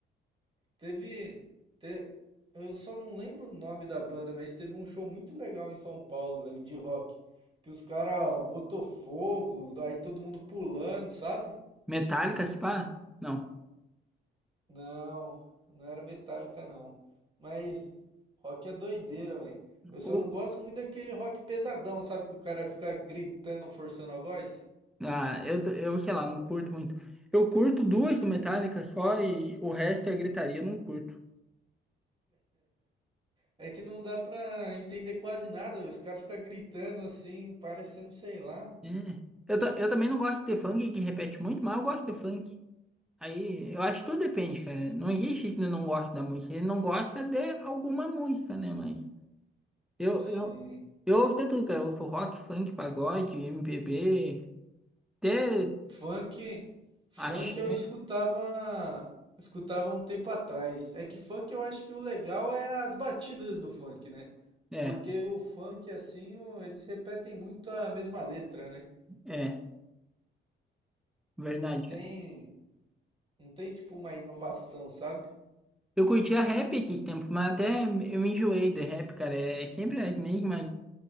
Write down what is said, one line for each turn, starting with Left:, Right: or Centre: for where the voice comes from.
Right: Teve, te- Eu só não lembro o nome da banda, mas teve um show muito legal em São Paulo, velho, de rock. Que os caras botou fogo, aí todo mundo pulando, sabe?
Centre: Metallica, se pá? Não.
Right: Não, não era Metallica, não. Mas rock é doideira, velho. Eu só
Centre: O,
Right: não gosto muito daquele rock pesadão, sabe? Que o cara fica gritando, forçando a voz.
Centre: Ah, eu, t- eu sei lá, não curto muito. Eu curto duas do Metallica só e o resto é gritaria, eu não curto.
Right: É que não dá pra entender quase nada, velho. Os caras ficam gritando assim, parecendo, sei lá.
Centre: É. Eu, ta- eu também não gosto de funk que repete muito, mas eu gosto de funk. Aí eu acho que tudo depende, cara. Não existe que não gosta da música. Ele não gosta de alguma música, né? Mas eu,
Right: Sim.
Centre: eu, eu ouço de tudo, cara. Eu ouço rock, funk, pagode, MPB, até
Right: Funk, funk
Centre: axé.
Right: eu escutava, escutava um tempo atrás. É que funk eu acho que o legal é as batidas do funk, né?
Centre: É,
Right: Porque o funk assim, o- eles repetem muito a mesma letra, né?
Centre: é, verdade.
Right: Não tem,
Centre: cara.
Right: não tem tipo uma inovação, sabe?
Centre: Eu curtia rap esses tempos, mas até eu enjoei de rap, cara. É sempre as mesmas.